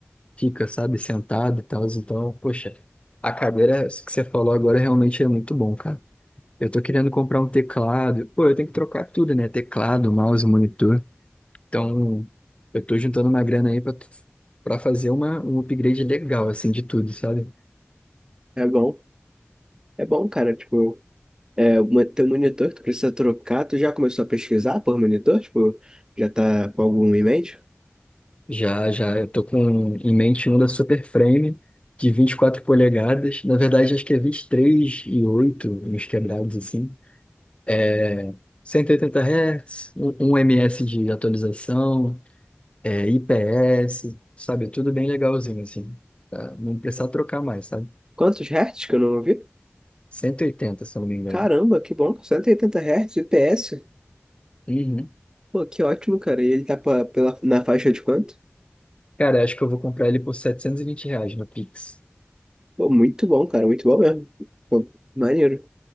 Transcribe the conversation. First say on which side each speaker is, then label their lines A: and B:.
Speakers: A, on the left (about 25°); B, on the right (about 15°).
A: fica, sabe, sentado e tal. Então, poxa, a cadeira isso que você falou agora realmente é muito bom, cara. Eu tô querendo comprar um teclado. Pô, eu tenho que trocar tudo, né? Teclado, mouse, monitor. Então, eu tô juntando uma grana aí pra, pra fazer uma, um upgrade legal, assim, de tudo, sabe?
B: É bom, é bom, cara. Tipo, é, uma- teu monitor, que tu precisa trocar. Tu já começou a pesquisar por monitor? Tipo, já tá com algum em mente?
A: Já, já, eu tô com em mente um da Super Frame de 24 polegadas. Na verdade, acho que é 23 e 8, uns quebrados assim. É 180 Hz, um um ms de atualização, é IPS, sabe? Tudo bem legalzinho assim. Pra Não precisar trocar mais, sabe?
B: Quantos hertz que eu não ouvi?
A: cento e oitenta se eu não me engano.
B: Caramba, que bom, 180 Hz, IPS.
A: Uhum.
B: Pô, que ótimo, cara. E ele tá pa- pela, na faixa de quanto?
A: Cara, acho que eu vou comprar ele por 720 reais no Pix.
B: Pô, muito bom, cara, muito bom mesmo. Pô, maneiro.